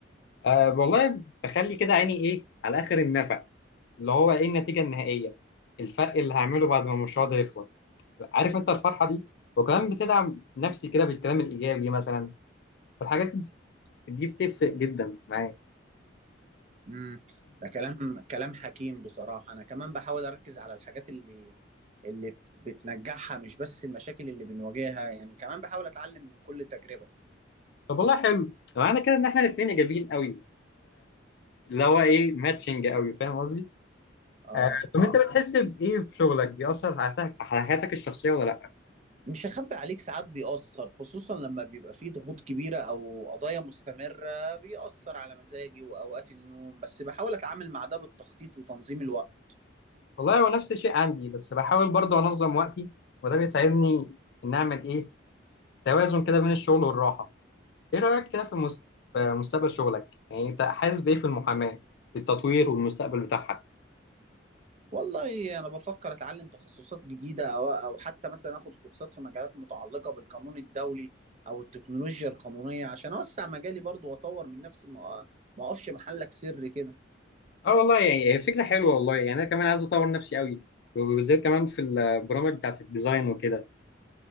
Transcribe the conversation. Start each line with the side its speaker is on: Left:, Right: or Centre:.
Left: أه والله بخلي كده عيني ايه على اخر النفق اللي هو ايه النتيجه النهائيه الفرق اللي هعمله بعد ما المشروع ده يخلص عارف انت الفرحه دي وكمان بتدعم نفسي كده بالكلام الايجابي مثلا والحاجات دي بتفرق جدا معايا
Right: امم ده كلام كلام حكيم بصراحة انا كمان بحاول اركز على الحاجات اللي اللي بت- بتنجحها مش بس المشاكل اللي بنواجهها يعني كمان بحاول اتعلم من كل تجربة
Left: طب والله حلو معنى كده ان احنا الاثنين ايجابيين قوي اللي هو ايه ماتشنج قوي فاهم قصدي
Right: اه
Left: آه، طب انت اه بتحس بايه في شغلك بيأثر على حياتك على حياتك الشخصيه ولا لا
Right: مش هخبي عليك ساعات بيأثر خصوصا لما بيبقى فيه ضغوط كبيرة او قضايا مستمرة بيأثر على مزاجي واوقات النوم بس بحاول اتعامل مع ده بالتخطيط وتنظيم الوقت
Left: والله هو نفس الشيء عندي بس بحاول برضه انظم وقتي وده بيساعدني ان اعمل ايه توازن كده بين الشغل والراحه ايه رأيك كده في المس- في مستقبل شغلك يعني انت حاسس بايه في المحاماة في التطوير والمستقبل بتاعها
Right: والله انا بفكر اتعلم تخصصات جديده او او حتى مثلا اخد كورسات في مجالات متعلقه بالقانون الدولي او التكنولوجيا القانونيه عشان اوسع مجالي برضو واطور من نفسي ما ما اقفش محلك سر كده
Left: اه والله يعني هي فكرة حلوة والله يعني انا كمان عايز اطور نفسي قوي وبالذات كمان في البرامج بتاعت الديزاين وكده